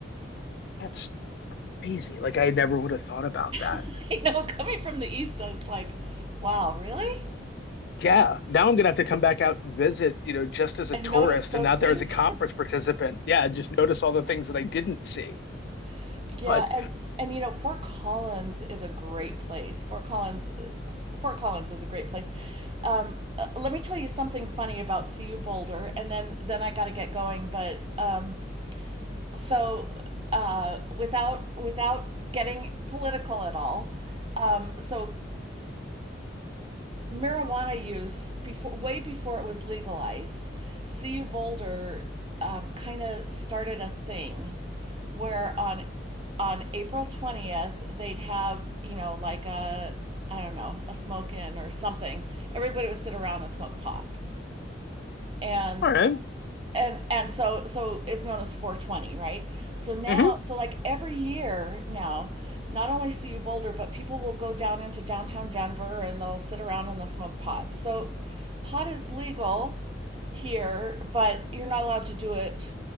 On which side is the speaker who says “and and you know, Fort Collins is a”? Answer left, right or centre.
Right